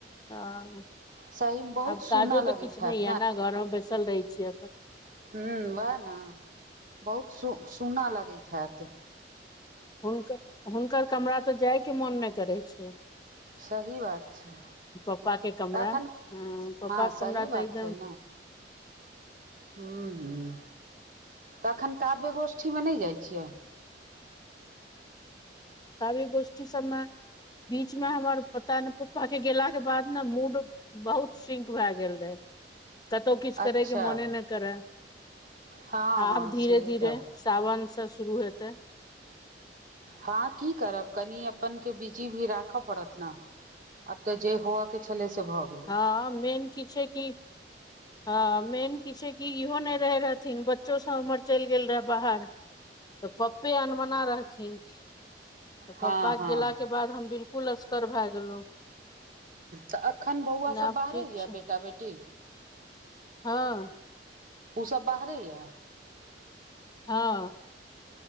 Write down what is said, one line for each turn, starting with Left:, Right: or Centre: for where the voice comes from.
Left: हं।
Right: सहीमे बहुत
Left: आब
Right: सुनऽ
Left: काजो त
Right: लगैत
Left: किछु
Right: हैत
Left: नै या ने, घरमे बैसल रहै छीअ
Right: ह वैह न <inaudible> बहुत सु सुना लगैत हैत।
Left: हुनकर, हुनकर कमरा त जाइके मोन नै करै छै।
Right: सही बात छै।
Left: पप्पा के कमरा
Right: तखन
Left: हँ
Right: <inaudible>
Left: पप्पा
Right: हं
Left: के
Right: सही
Left: कमरा तऽ
Right: बात
Left: एकदम
Right: छै न। हुं-हुं, तखन काव्य गोष्ठीमे नै जाइ छियै।
Left: कवि गोष्ठी सबमे, बीचमें हमर पता ने पप्पा के गेलाके बाद ने मूड बहुत सिंक भै गेल रहै, कतौ किछ
Right: अच्छा
Left: करैके मने नो करा।
Right: हँ
Left: <inaudible> आब
Right: हँ
Left: धीरे-धीरे
Right: से तऽ
Left: सावन सं शुरू हेतै।
Right: हं की करब, कनी अपनके बिजी भी राख परत न, आब त जे होअ के छलै से भ गेलै।
Left: हं मेन की छै की? हं मेन की छै कि इहो नै रहै रहथिन बच्चो स हमर चलि गेल रहै बाहर तऽ पप्पे अनमना रहथिन तऽ
Right: हँ
Left: पप्पा
Right: हँ
Left: गेला के बाद हम बिल्कुल असकर भए गेलहुं।
Right: तऽ एखन बौआ सब
Left: आब
Right: बाहरे
Left: ठीक
Right: यऽ
Left: छै
Right: बेटा बेटी
Left: हँ
Right: ओ सभ बाहरे यऽ
Left: हँ